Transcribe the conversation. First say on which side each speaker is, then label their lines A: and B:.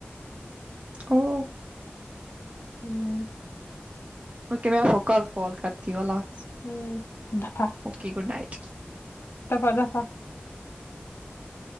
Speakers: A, on the right; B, on the left.
A: او
B: ہوں
A: اوکے میں آپ کو کل کال کرتی ہوں اللہ حافظ
B: ہوں دفع
A: اوکے گڈ نائٹ
B: دفع دفع
A: <unintelligible>